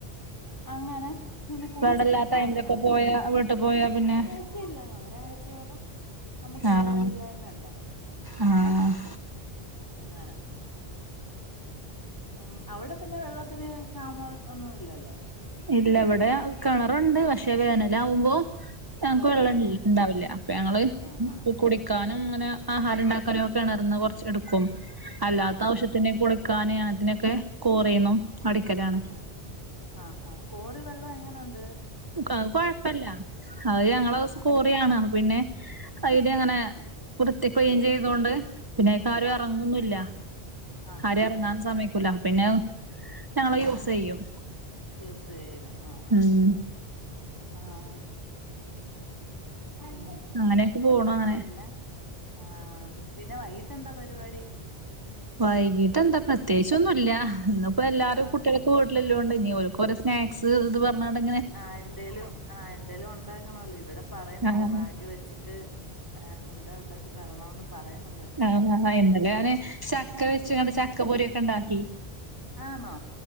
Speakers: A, on the left; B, on the right.
A: അങ്ങനെ നിന്ന് കുളിച്ചിട്ടൊക്കെ
B: ഇവടല്ലാത്ത ടൈമിലൊക്കെ
A: അവിടുന്ന് വരും
B: പോയാ
A: ആഹ്
B: വീട്ട് പോയാ പിന്നെ
A: ഒരാഴ് ച്ച ഇല്ലാതെ ഒരാഴ്ചയോളം നമുക്ക് വെള്ളയില്ലായ്മ
B: ആഹ്
A: ഉണ്ടായിരുന്നു
B: ആഹ്
A: അങ്ങനെ ഉം അവിടെ പിന്നെ വെള്ളത്തിന് ക്ഷാമം ഒന്നുല്ലല്ലേ
B: ഇല്ല ഇവിടെ കിണറുണ്ട് പക്ഷേ വേനലാവുമ്പോ ഞങ്ങൾക്ക്
A: പറ്റുവല്ലേ
B: വെള്ളം ഉണ്ടാവില്ല അപ്പൊ ഞങ്ങള്
A: ആഹാ
B: <unintelligible> ക്കാനും ങ്ങനെ ആഹാരണ്ടാക്കാനും ഒക്കെ കെണർന്ന് കൊർച്ച് എടുക്കും അല്ലാത്ത
A: ആഹാ
B: ആവശ്യത്തിന
A: ഹാ
B: കുളി ക്കാന് അങ്ങൻതിനൊക്കെ കോറിന്നും അടിക്കലാണ്
A: ആഹ് ആഹ് കോറി വെള്ളം എങ്ങനൊണ്ട്
B: അത്‌ കൊഴ്പ്പല്ല അത് ഞങ്ങള
A: ആഹാ
B: സ്കോ ണ് പിന്നെ അയ്നങ്ങനെ
A: ആ
B: പുറത്തിക്കും ചെയ്തോണ്ട് പിന്നെ അയ്ക്കാരും
A: ആ
B: എറങ്ങൊന്നില്ല
A: ആഹാ
B: ആരെ
A: ആ
B: എറങ്ങാൻ
A: ആ
B: സമയ ക്കൂല പിന്നെ ഞങ്ങള് യൂസ് ചെയ്യും
A: യൂസ് ചെയ്യ ആഹ്
B: ഉം
A: ആഹ് ആഹ് ആഹ് പി
B: അങ്ങനെയൊക്കെ പോണു അങ്ങനെ
A: പിന്നെ ആഹ് പിന്നെ വൈകിട്ട് എന്താ പരിപാടി
B: വൈകീട്ട് എന്താ പ്രത്യേകിച്ചൊന്നും ഇല്ല ഇന്നിപ്പോ എല്ലാരും
A: ആഹ്
B: കുട്ടികളക്കെ വീട്ടിലല്ലാണ്ട് ഇനി ഓൽക്കോരോ സ് സ്നാക്സ് അത് പർഞ്ഞാണ്ടേ
A: ആഹ് എന്തേലും ആഹ് എന്തേലും ഉണ്ടാക്കണല്ലോ ഇവിടെ പറയുന്നുണ്ട്
B: ആഹ്
A: റാഗി വെച്ചിട്ട് ആഹ് ഉന്താ ഉണ്ടാക്കി തരണന്ന് പറയുന്നുണ്ട്
B: ആഹ് ആഹ് ഇന്നലെ ഞാന്
A: ഇന്ന്
B: ചക്ക വെച്ച്‌ങ്ങാണ്ട് ചക്ക പൊരി ഒക്കെ ഉണ്ടാക്കി
A: ആണോ